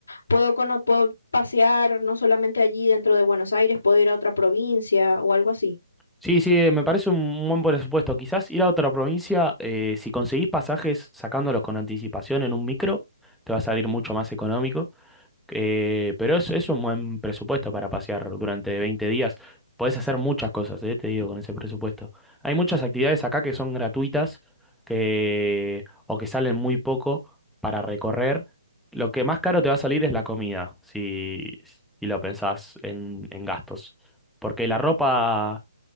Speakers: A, on the left; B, in the centre.
A: puedo, cono- puedo pasear no solamente allí dentro de Buenos Aires, puedo ir a otra provincia o algo así.
B: Sí, sí, me parece un buen presupuesto. Quizás ir a otra provincia, eh, si conseguís pasajes sacándolos con anticipación en un micro, te va a salir mucho más económico. Eh, pero es, es un buen presupuesto para pasear durante 20 días. Podés hacer muchas cosas, eh, te digo, con ese presupuesto. Hay muchas actividades acá que son gratuitas que, o que salen muy poco para recorrer. Lo que más caro te va a salir es la comida, si, si lo pensás en, en gastos. Porque la ropa,